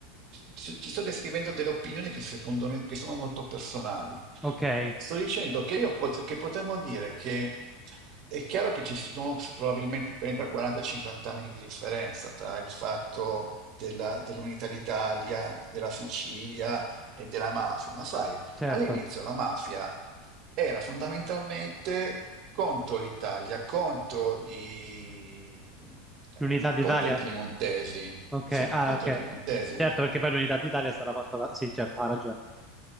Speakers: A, on the right (about 45°); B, in the centre.
A: ci- ti sto descrivendo delle opinioni che secondo me che sono molto personali.
B: Ok,
A: Sto dicendo che io pot- che potremmo dire che è chiaro che ci sono probabilmente 30, 40, 50 anni di differenza tra il fatto della- dell'unità d'Italia, della Sicilia e della mafia, ma sai,
B: certo.
A: all'inizio la mafia era fondamentalmente contro l'Italia, contro i, eh,
B: L'unità d'Italia.
A: contro i piemontesi.
B: Ok,
A: Sì,
B: ah,
A: contro
B: ok.
A: i piemontesi.
B: Certo, perché poi l'unità d'Italia è stata fatta... da- Sì, certo, ha ragione.